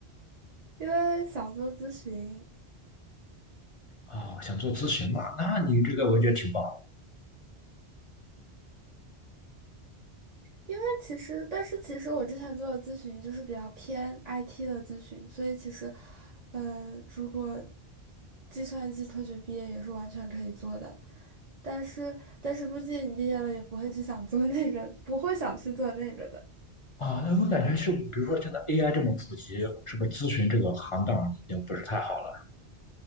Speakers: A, on the right; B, on the left.
A: 因为想做咨询。
B: 啊，想做咨询嘛？那你这个我觉得挺棒的
A: 因为其实，但是其实我之前做的咨询就是比较偏 IT 的咨询，所以其实，呃，如果计算机科学毕业也是完全可以做的。但是，但是估计你毕业了也不会去想做那个，不会想去做那个的。
B: 啊。哦那我感觉是，比如说现在 AI 这么普及，是不是咨询这个行当已经不是太好了？